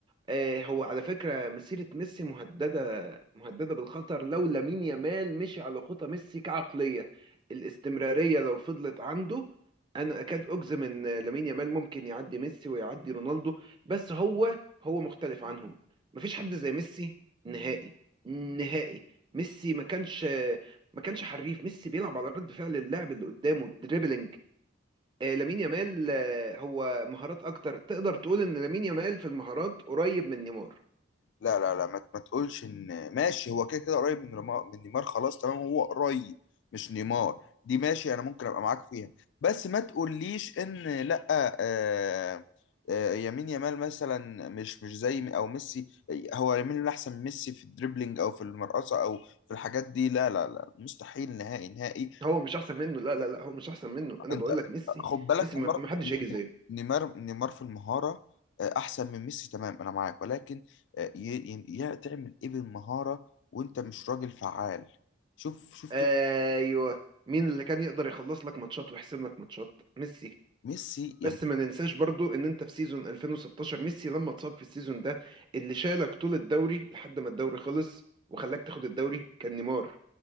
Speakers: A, on the right (about 25°); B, on the left (about 75°).
A: آه هو على فكرة مسيرة ميسي مهددة مهددة بالخطر لو لامين يامال مشي على خطى ميسي كعقلية الاستمرارية لو فضلت عنده انا اكاد اجزم ان لامين يامال ممكن يعدي ميسي ويعدي رونالدو بس هو هو مختلف عنهم مفيش حد زي ميسي نهائي نهائي ميسي ما كانش ما كانش حريف ميسي بيلعب على رد فعل اللاعب اللي قدامه دريبلينج آه، لامين يامال آه، هو مهارات اكتر تقدر تقول ان لامين يامال في المهارات قريب من نيمار
B: لا لا لا ما, ما تقولش ان ماشي هو كده كده قريب من رما... من نيمار خلاص تمام هو قريب مش نيمار دي ماشي انا ممكن ابقى معاك فيها بس ما تقوليش ان لا آه آه يمين يامال مثلا مش مش زي م- او ميسي هو يمين يامال احسن من ميسي في الدريبلينج او في المرقصه او في الحاجات دي لا لا لا مستحيل نهائي نهائي
A: هو مش احسن منه لا لا لا هو مش احسن منه انا
B: انت
A: بقول لك ميسي
B: خد بالك
A: ميسي
B: نيمار
A: ما ما حدش هيجي زيه
B: نيمار نيمار في المهاره آه، احسن من ميسي تمام انا معاك ولكن آه، ي- ي- يا تعمل ايه بالمهاره وانت مش راجل فعال شوف شوف
A: ايوه
B: كده
A: مين اللي كان يقدر يخلص لك ماتشات ويحسم لك ماتشات ميسي
B: ميسي
A: بس
B: يعني
A: ما ننساش برضو ان انت في سيزون 2016 ميسي لما اتصاب في السيزون ده اللي شالك طول الدوري لحد ما الدوري خلص وخلاك تاخد الدوري كان نيمار